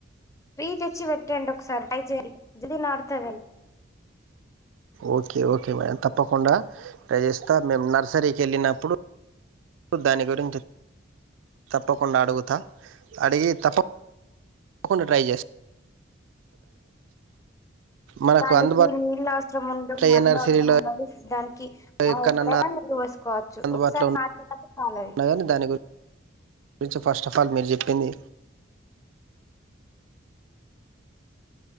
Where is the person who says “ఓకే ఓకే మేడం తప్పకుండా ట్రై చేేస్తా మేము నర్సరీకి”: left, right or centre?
Right